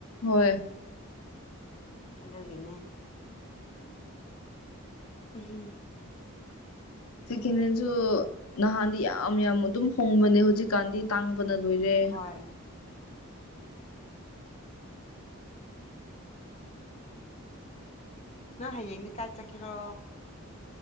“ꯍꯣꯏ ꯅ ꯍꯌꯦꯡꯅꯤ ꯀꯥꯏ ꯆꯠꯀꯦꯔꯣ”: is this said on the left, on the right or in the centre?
Left